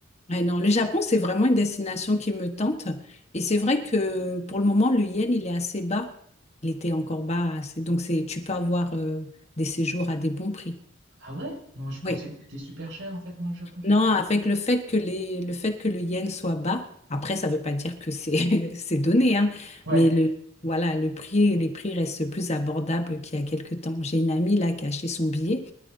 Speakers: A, on the left (about 35°); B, on the right (about 70°).
A: Ouais, non, le Japon, c'est vraiment une destination qui me tente. Et c'est vrai que pour le moment, le yen, il est assez bas. Il était encore bas. assez- Donc, c'est, tu peux avoir euh, des séjours à des bons prix.
B: Ah ouais? Non, je pensais
A: Oui.
B: que c'était super cher en fait, moi, le Japon.
A: Non, avec le fait que les, le fait que le yen soit bas, après, ça ne veut pas dire que c'est <laughs> c'est donné, hein,
B: Ouais.
A: mais le, voilà, le prix, les prix restent plus abordables qu'il y a quelques temps. J'ai une amie là qui a acheté son billet.